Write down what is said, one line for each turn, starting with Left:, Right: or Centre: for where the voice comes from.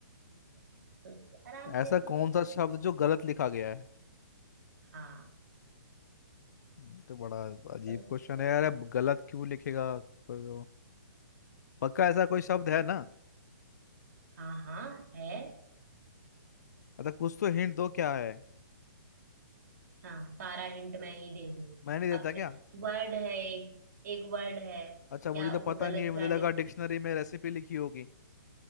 Right: है सोच आराम
Left: ऐसा
Right: से सोच
Left: कौन सा
Right: लो
Left: शब्द जो गलत लिखा गया है
Right: हाँ
Left: ये तो बड़ा अजीब
Right: सोच
Left: क्वेश्चन
Right: लो
Left: है यार अब गलत क्यों लिखेगा कोई वो? पक्का ऐसा कोई शब्द है ना
Right: हाँ हाँ है
Left: अच्छा कुछ तो हिंट दो क्या है
Right: हाँ सारा हिंट मैं ही दे दूँ
Left: मैं नहीं देता
Right: अब
Left: क्या
Right: वर्ड है एक एक वर्ड है
Left: अच्छा
Right: क्या
Left: मुझे तो
Right: वो
Left: पता
Right: गलत
Left: नहीं है मुझे
Right: क्या
Left: लगा
Right: लिख
Left: डिक्शनरी में रेसिपी लिखी होगी